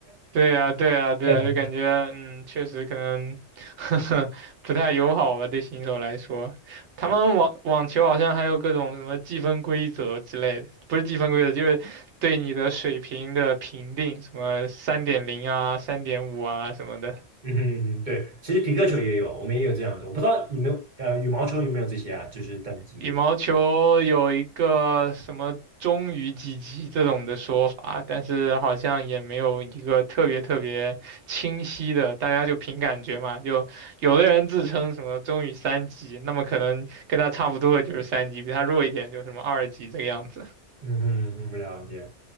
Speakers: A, on the right (about 75°); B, on the right (about 45°).
A: 对呀，对呀，对呀，
B: 也很
A: 就感觉嗯，确实可能 <laughs> 不太友好吧，对新手来说。
B: 是，
A: 他们网网球好像还有各种什么计分规则之类的，不是计分规则，就是对你的水平的评定，什么三点零啊、三点五啊什么的。
B: 嗯哼嗯哼，对，其实皮克球也有，我们也有这样子，我不知道你们呃羽毛球有没有这些啊，就是等级。
A: 羽毛球有一个什么“中于几级”这种的说法，但是好像也没有一个特别特别清晰的，大家就凭感觉嘛。就有的人自称什么“中于三级”，那么可能跟他差不多的就是三级，比他弱一点就是什么二级这个样子。
B: 嗯哼，我们了解。